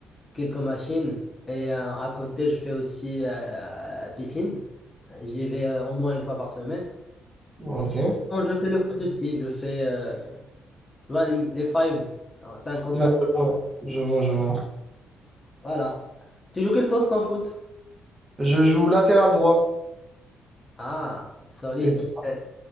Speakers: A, on the left (about 25°); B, on the right (about 30°).
A: quelques machines et euh, à côté, je fais aussi euh, euh, piscine. J'y vais euh, au moins une fois par semaine.
B: Ok. très
A: Quand je fais le foot aussi, je fais euh, tu vois, les, les five, 5
B: bien. Je vois, je vois. je vois.
A: Voilà. Tu joues quel poste en foot?
B: Je joue latéral droit.
A: Ah, solide.
B: Et toi
A: Donc, euh,